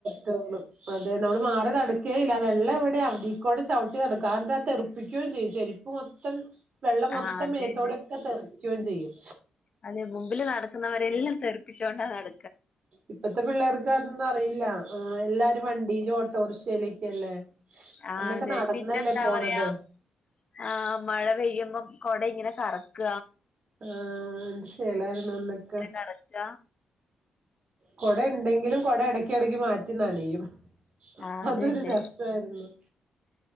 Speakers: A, on the right (about 45°); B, on the left (about 40°).
A: തള്ളു അതെ നമ്മള് മാറി നടക്കേയില്ല വെള്ളം എവിടെ അതീകൂടെ ചവിട്ടി നടക്കൂ അതെന്താ തെറുപ്പിക്കുകയും ചെയ്യും ചെരിപ്പ് മൊ ത്തം വെള്ളം മൊത്തം
B: ആ അതന്നെ
A: മേത്തോടെയൊക്കെ തെറിക്കുകയും ചെയ്യും.
B: അതെ മുമ്പില് നടക്കുന്നവരെല്ലാം തെറുപ്പിച്ചോണ്ടാ നട
A: ഇപ്പത്തെ പിള്ളേർക്ക് അതൊന്നും അറിയില്ല എല്ലാരും വണ്ടിയിലും ഓട്ടോറിക്ഷയിലേക്കല്ലേ.
B: ആഹ്
A: അന്നൊക്കെ
B: അതെ
A: നടന്നല്ലേ
B: പിന്നെന്താ
A: പോണത്
B: പറയാ ആഹ് മഴ പെയ്യുമ്പോ കൊട ഇങ്ങനെ കറക്ക
A: ആഹ് എന്ത് ശേലായിരുന്നു അന്നൊക്കെ,
B: നടക്ക
A: കുട ഇണ്ടെങ്കിലും കൊട എടക്കിടക്ക് മാറ്റി നനയും
B: ആ
A: അതൊരു
B: അതന്നെ
A: രസായിരുന്നു.